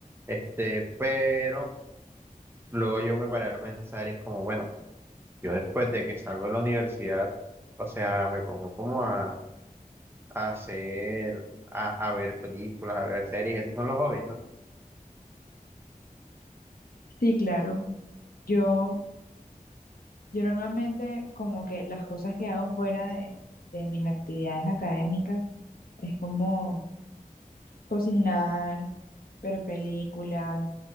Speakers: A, on the right; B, on the left.
A: Este, pero luego yo me paré a pensar y es como, bueno, yo después de que salgo de la universidad, o sea, me pongo como a, a hacer, a, a ver películas, a ver series, estos son los hobbies, ¿no?
B: Sí, claro. Yo Yo normalmente como que las cosas que hago fuera de, de mis actividades académicas es como cocinar, ver películas,